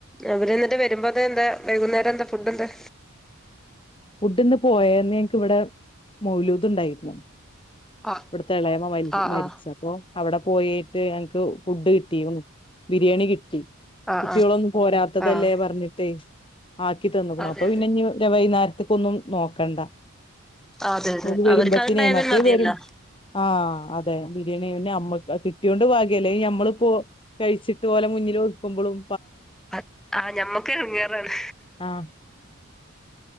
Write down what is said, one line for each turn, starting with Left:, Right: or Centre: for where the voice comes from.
Centre: അവര് എന്നിട്ട് വെരുമ്പോത്തിന് എന്താ വൈകുന്നേരം എന്താ ഫുഡ് എന്താ
Left: ഫുഡ് ഇന്ന് പോയെന്ന് ഞങ്ങക്ക് ഇവിടെ മൗലൂദ് ഇണ്ടായിര്ന്ന്
Centre: ആഹ്
Left: ഇവ്ട്ത്തെ എളെമ്മ മരിച്ച്
Centre: ആഹ്
Left: മരിച്ച്
Centre: ആഹ്
Left: അപ്പോ അവിടെ പോയിട്ട് ക്ക് ഫുഡ് കിട്ടി ബിരിയാണി കി ട്ടി
Centre: ആഹ്
Left: കുട്ടികളൊന്നും
Centre: ആഹ് ആഹ്
Left: പോരാത്തതല്ലേ
Centre: ആഹ്
Left: പറഞ്ഞിട്ടേ ആക്കി തന്നക്ക്ണു
Centre: അതെ
Left: അപ്പൊ
Centre: അതെ
Left: പിന്നെ വൈകുന്നേര ത്തെക്കൊന്നും നോക്കണ്ട
Centre: അതെ അതെ
Left: ഒര് വരുമ്പത്തിനേ
Centre: അവർക്ക് അത്ണ്ടായാൽ
Left: മറ്റേവരും
Centre: മതിയല്ലോ
Left: ആഹ് അതെ ബിരിയാണി പിന്നെ അമ്മ കിട്ടിയൊണ്ട് ബാ ഗ്യ ഞമ്മളിപ്പോ കഴിച്ചിട്ട് ഓലെ മു <unintelligible> ക്കുമ്പോളും
Centre: അ ആഹ് ഞമ്മക്ക് ഇടങ്ങേറാണ്
Left: ആഹ്